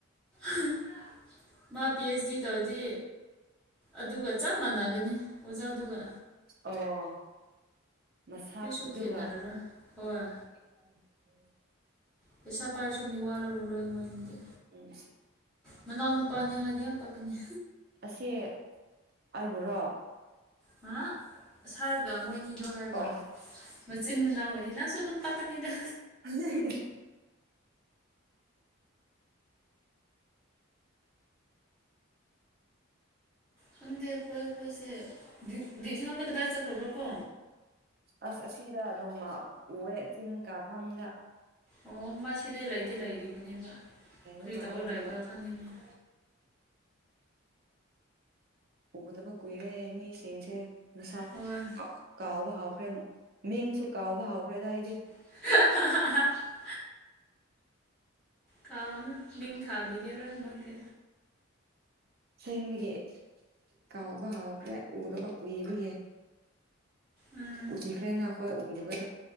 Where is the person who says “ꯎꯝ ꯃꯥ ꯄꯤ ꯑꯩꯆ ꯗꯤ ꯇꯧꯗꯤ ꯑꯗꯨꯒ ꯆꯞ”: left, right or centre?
Centre